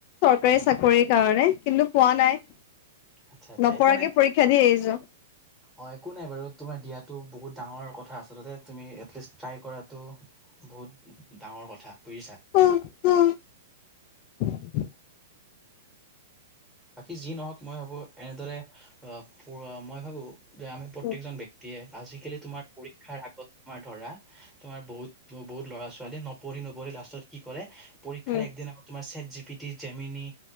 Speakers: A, on the left; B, in the centre.
A: চৰকাৰী
B: উম,
A: চাকৰিৰ কাৰণে কিন্তু পোৱা নাই।
B: আচ্ছা আচ্ছা
A: নপৰাকে
B: একো নাই
A: পৰীক্ষা দি আহিছোঁ।
B: অ', একো নাই বাৰু তোমাৰ দিয়াটো বহুত ডাঙৰ কথা, আচলতে তুমি এটলিষ্ট ট্ৰাই কৰাটো বহুত ডাঙৰ কথা বুজিছা।
A: <unintelligible>
B: বাকী যি নহওঁক মই ভাবো এনেদৰে অ', প মই ভাবো যে, আমি প্ৰত্যেকজন
A: উম
B: ব্যক্তিয়ে আজিকালি তোমাৰ পৰীক্ষাৰ আগত তোমাৰ ধৰা তোমাৰ বহুত বহুত ল'ৰা ছোৱালী নপঢ়ি-নপঢ়ি লাষ্টত কি কৰে, পৰীক্ষাৰ
A: উম
B: একদিন আগ তোমাৰ set G P T Gemini